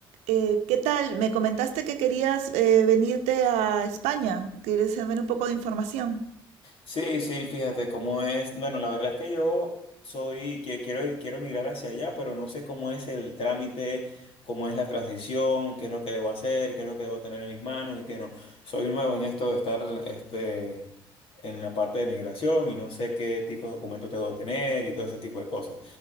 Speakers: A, on the right; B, on the left.
A: Eh, ¿qué tal? Me comentaste que querías eh, venirte a España. ¿Quieres saber un poco de información?
B: Sí, sí, fíjate cómo es. Bueno, la verdad es que yo soy, que quiero, quiero migrar hacia allá, pero no sé cómo es el trámite, cómo es la transición, qué es lo que debo hacer, qué es lo que debo tener en mis manos y qué no. Soy nuevo en esto de estar, este, en la parte de migración y no sé qué tipo de documentos tengo que tener y todo ese tipo de cosas.